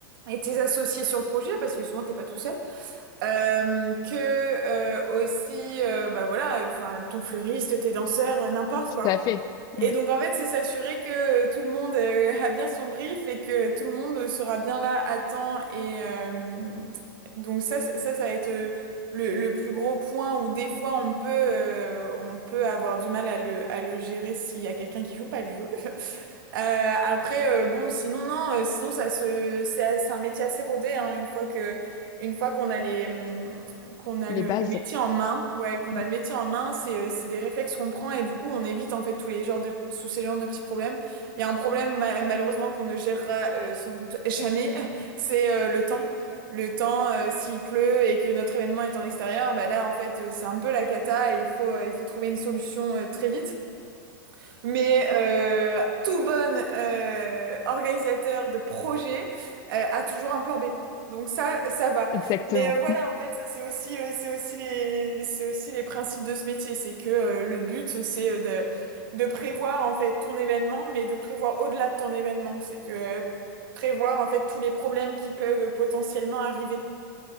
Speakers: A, on the right (about 70°); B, on the left (about 35°).
A: et tes associés sur le projet, parce que souvent t'es pas tout seul. Euh, que euh, aussi euh, bah voilà enfin ton fleuriste tes danseurs euh, n'importe
B: Tout
A: quoi
B: à fait.
A: et
B: Oui.
A: donc en fait c'est s'assurer que euh, tout le monde euh, a bien son brief et que tout le monde sera bien là à temps et euh, donc ça ça ça va être euh, le, le plus gros point où des fois on peut euh, on peut avoir du mal à le à le gérer s'il y a quelqu'un qui joue pas le jeu <laughs> Euh, après, euh, bon, sinon, non, euh, sinon, ça se, c'est, a- c'est un métier assez rodé, hein, une fois que, une fois qu'on a les, hum, qu'on a
B: Les
A: le,
B: bases.
A: le métier en main, ouais, qu'on
B: Mm.
A: a le métier en main, c'est, euh, c'est des réflexes qu'on prend et du coup, on évite, en fait, tous les genres de, tous ces genres de petits problèmes. Il y a un problème, ma- malheureusement, qu'on ne gérera, euh, sans doute jamais, <laughs> c'est, euh, le temps. Le temps, euh, s'il pleut et que notre événement est en extérieur, bah là, en fait, euh, c'est un peu la cata et il faut, euh, il faut trouver une solution, euh, très vite. Mais euh, tout bon euh, organisateur de projet euh, a toujours un plan B. Donc ça, ça va.
B: Exactement.
A: Mais euh, voilà, en fait, ça c'est aussi, euh, c'est aussi les, c'est aussi les principes de ce métier. C'est que euh, le but, c'est euh, de, de prévoir en fait ton événement, mais de prévoir au-delà de ton événement. C'est que euh, prévoir en fait tous les problèmes qui peuvent euh, potentiellement arriver.